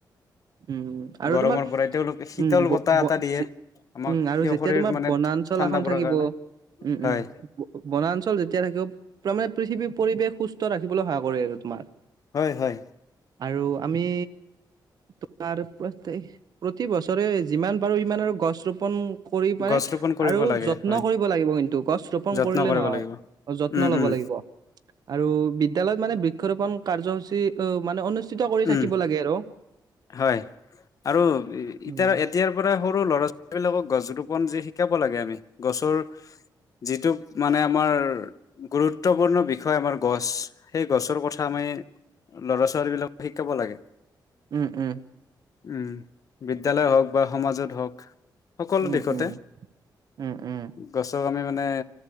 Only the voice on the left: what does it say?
গৰমৰ
পৰাই তেওঁলোকে শীতল
বতাহ
এটা দিয়ে আমাক
সেই
শৰীৰ
মানে
ঠাণ্ডা
পৰাৰ
কাৰণে
হয়
হয়, হয়।
গছ ৰোপন কৰিব
লাগে
হয়
যত্ন
কৰিব
লাগিব
উম
উম
উম
হয় আৰু ইটাৰ
এট এতিয়াৰ পৰা সৰু ল'ৰা-ছোৱালীবিলাকক গছ ৰোপণ যে শিকাব লাগে আমি, গছৰ যিটো মানে আমাৰ গুৰুত্বপূৰ্ণ বিষয় আমাৰ গছ, সেই গছৰ কথা আমি ল'ৰা-ছোৱালীবিলাক শিকাব লাগে।
উম, বিদ্যালয় হওঁক বা সমাজত হওঁক। সকলো
দিশতে,
গছক আমি মানে